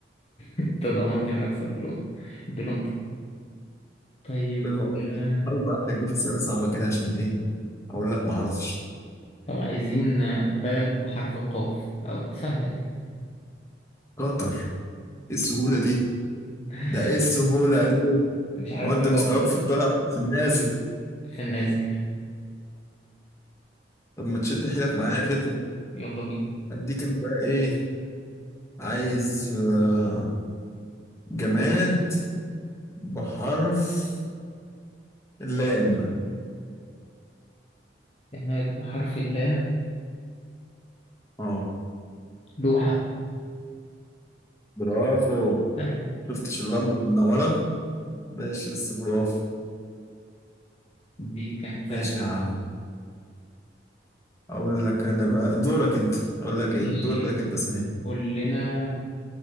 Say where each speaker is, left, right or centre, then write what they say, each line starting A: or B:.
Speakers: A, on the left; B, on the left.
A: أنت ضمنت المكسب بلقمة بنقطة طيب
B: بنقطه
A: آه،
B: حاول بقى تجيب اسئله صعبه كده عشان ايه اقول لك ما اعرفش
A: طب عايزين بلد بحرف القاف أو سهلة دي
B: قطر ايه السهوله دي
A: <laughs>
B: ده ايه السهوله دي
A: مش عارف
B: هو انت
A: ليه
B: مستواك
A: دور
B: في الطلع وفي النازل
A: في النازل
B: طب ما تشد حيلك معايا كده
A: يلا بينا
B: اديك انا بقى ايه عايز آه، جماد بحرف اللام
A: جماد بحرف اللام
B: اه
A: لوحة
B: برافو
A: سهلة
B: شفتش اللمبة المنورة ماشي بس برافو
A: دي كانت سهلة
B: ماشي يا عم اقول لك انا بقى دورك انت اقول لك ايه
A: ماشي
B: دورك انت صحيح
A: قول لنا